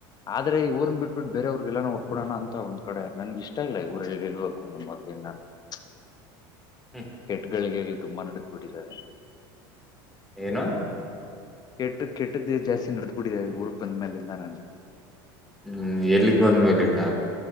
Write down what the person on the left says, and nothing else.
ಆದ್ರೆ ಈ ಊರನ್ ಬಿಟ್ಬಟ್ಟು ಬೇರೆವ್ರರಿಗೆಗೆಲ್ಲಾನ ಒಟ್ಬಿಡಣ ಅಂತ ಒಂದ್ ಕಡೆ ನನ್ ಇಷ್ಟ ಈ ಊರಲ್ <unintelligible>
ಕೆಟ್ಗಳಿಗಳ್ ತುಂಬಾ ನಡದಬಿಟ್ಟಿದ್ದೆ.
ಕೆಟ್ಟು ಕೆಟ್ಟದ್ದು ಜಾಸ್ತಿ ನಡ್ದಬಿಟ್ಟಿದೆ ಈ ಊರ್ಗ್ ಬಂದ್ಮೇಲಿಂದ ನನ್